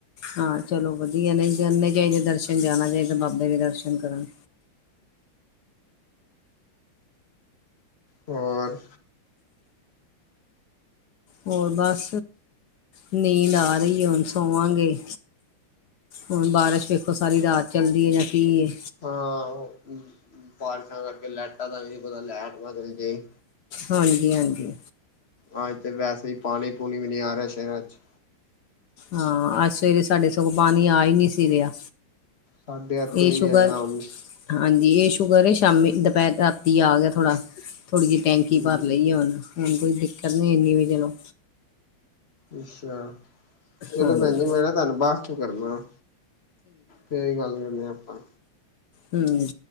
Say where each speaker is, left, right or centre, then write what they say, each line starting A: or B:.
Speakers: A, on the left; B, on the left.
A: ਹਾਂ ਚਲੋ ਵਧੀਆ। ਨਈ ਜਨੇ ਚਾਈਦੇ ਦਰਸ਼ਨ ਜਾਣਾ ਚਾਈਦਾ ਬਾਬੇ ਦੇ ਦਰਸ਼ਨ ਕਰਨ।
B: ਹੋਰ
A: ਹੋਰ ਬਸ ਨੀਂਦ ਆ ਰੀਏ ਹੁਣ ਸੋਵਾਂਗੇ। ਹੁਣ ਬਾਰਿਸ਼ ਵੇਖੋ, ਸਾਰੀ ਰਾਤ ਚੱਲਦੀ ਏ ਜਾਂ ਕੀ ਏ।
B: ਹਾਂ, ਬਾਰਿਸ਼ਾਂ ਕਰਕੇ ਲੈਟਾਂ ਦਾ ਨੀ ਪਤਾ। ਲੈਟ ਨਾ ਚਲ ਜੇ।
A: ਹਾਂਜੀ-ਹਾਂਜੀ।
B: ਆਜ ਤੇ ਵੈਸੇ ਈ, ਪਾਣੀ- ਪੂਣੀ ਵੀ ਨੀ ਆ ਰਿਹਾ ਸੇਹਿਰਾ 'ਚ।
A: ਹਾਂ‌ ਅੱਜ ਸਵੇਰੇ ਸਾਡੇ ਸਗੋਂ ਪਾਣੀ ਆ ਈ ਨੀ ਸੀ ਰਿਹਾ।
B: ਸਾਡੇ ਇੱਥੇ
A: ਇਹ
B: ਵੀ
A: ਸ਼ੂਕਰ
B: ਨੀ ਆਇਆ ਹੁਣ
A: ਹਾਂਜੀ। ਇਹ ਸ਼ੂਕਰ ਏ ਸ਼ਾਮੀ, ਦਪੇਰ, ਰਾਤੀ ਆ ਗਿਆ ਥੋੜਾ, ਥੋੜ੍ਹੀ ਜੀ ਟੈਂਕੀ
B: ਹਮ
A: ਭਰ ਲਈ ਆ। ਹੁਣ ਕੋਈ ਦਿੱਕਤ ਨੀ ਇਨੀ ਵੀ ਚਲੋ।
B: ਅੱਛਾ। ਚਲੋ
A: ਹਾਂਜੀ
B: ਭੈਣ ਜੀ ਮੈਂ ਨਾ ਤਾਨੂੰ ਬਾਅਦ ਚੋਂ ਕਰਦਾ, ਫੇਰ ਗੱਲ ਕਰਦੇ ਆ ਆਪਾਂ।
A: ਹੂੰ